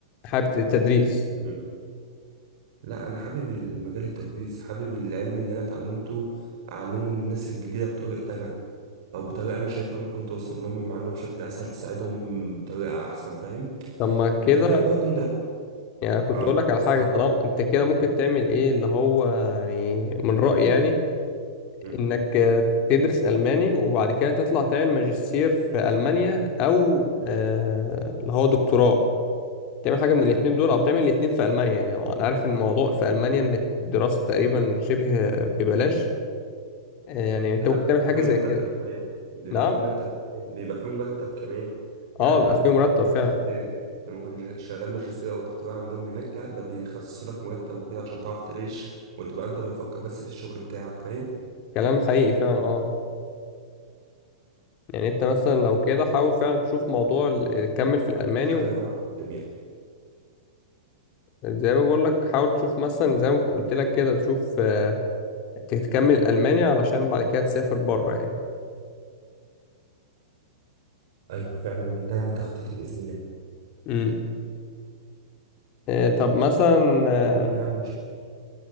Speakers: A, on the left; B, on the right.
A: حابب التدريس
B: مم. لا انا حابب المجال التدريس حابب العلم اللي انا اتعلمته اعلمه للناس الجديده بطريقتي انا او بطريقه انا شايفها ممكن توصل لهم المعلومه بشكل اسهل تساعدهم بطريقه احسن فاهم
A: طب ما كده
B: انت فاهم برضه انت
A: يعني كنت
B: اه
A: اقول لك على
B: سامع
A: حاجه طالما انت كده ممكن تعمل ايه اللي هو يعني من رايي يعني
B: مم.
A: انك آه، تدرس الماني وبعد كده تطلع تعمل ماجستير في المانيا او آه، اللي هو دكتوراه تعمل حاجه من
B: ايوه
A: الاتنين دول او تعمل الاتنين في المانيا يعني انا عارف ان الموضوع في المانيا ان الدراسه تقريبا شبه ببلاش آه، يعني انت
B: لا
A: ممكن تعمل
B: بيبقى
A: حاجه
B: في مرتب
A: زي كده
B: كمان بيبقى
A: نعم
B: في مرتب كمان بيبقى في مرتب كمان يعني
A: اه
B: انت
A: بيبقى
B: لما
A: فيه
B: كنت
A: مرتب فعلا
B: ماجستير لما كنت شغال ماجستير او دكتوراه عندهم هناك لا ده بيخصصوا لك مرتب وكده عشان تعرف تعيش وتبقى انت بتفكر بس في الشغل بتاعك فاهم
A: كلام حقيقي فعلا اه يعني انت مثلا لو كده حاول فعلا تشوف موضوع ال- تكمل في الالماني
B: قلت لك
A: و-
B: انا بقى في الكيمياء
A: زي ما بقول لك حاول تشوف مثلا زي ما قلت لك كده تشوف آه، تكمل الالماني علشان بعد كده تسافر بره يعني
B: ايوه فعلا ده يعني تخطيطي باذن الله
A: امم آه، طب مثلا آه،
B: اتمنى يعني ان شاء